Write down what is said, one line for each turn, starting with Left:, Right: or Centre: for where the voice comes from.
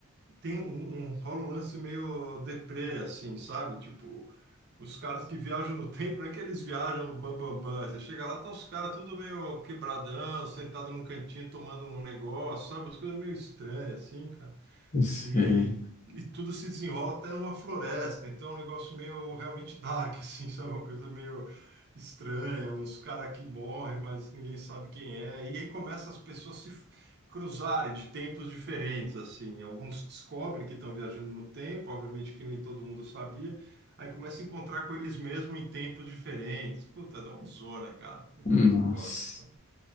Right: tem um, um, rola um lance meio deprê, assim, sabe? Tipo, os caras que viajam no <laughs> tempo, não é que eles viajam bam, bam, bam. Você chega lá, estão os caras tudo meio quebradão, sentado num cantinho tomando um negócio, sabe? As coisas meio estranhas, assim, cara
Left: Não sei.
Right: e, e tudo se desenrola até numa floresta. Então, é um negócio meio realmente dark, <laughs> assim, sabe? Uma coisa meio estranha, uns caras que morrem, mas ninguém sabe quem é. E aí começa as pessoas se f- cruzarem de tempos diferentes, assim. Alguns descobrem que estão viajando no tempo, obviamente que nem todo mundo sabia. Aí começa a encontrar com eles mesmos em tempos diferentes. Puta, dá uma zona, cara. Puta,
Left: Nossa.
Right: foda, foda.